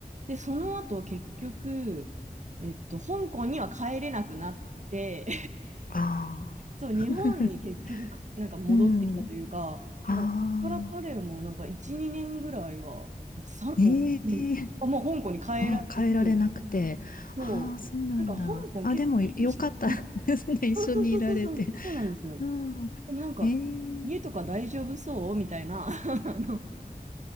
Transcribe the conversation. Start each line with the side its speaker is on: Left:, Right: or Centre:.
Right: で、その後結局、えっと、香港には帰れなくなって、
Left: ああ。
Right: そう、
Left: <laughs>
Right: 日本に結局か、なんか戻ってきたというか、
Left: うん。あ
Right: だからそこから彼もなんか1、
Left: あ。
Right: 2年ぐらいは、1、3、
Left: ええ
Right: もう、うん、
Left: <laughs>
Right: あもう香港に帰らず、
Left: あ、変えられなくて。
Right: そう、
Left: ああ、そうなんだ。
Right: なんか香港結構厳しい。
Left: あ、でもよかったですね。
Right: うん
Left: <laughs> 一緒にいられて。
Right: そうそうそうそう、そうそうなんですよ。
Left: うん。
Right: でもなんか、
Left: え
Right: 家とか大丈夫そうみたいな、
Left: え、
Right: <laughs> あの、っ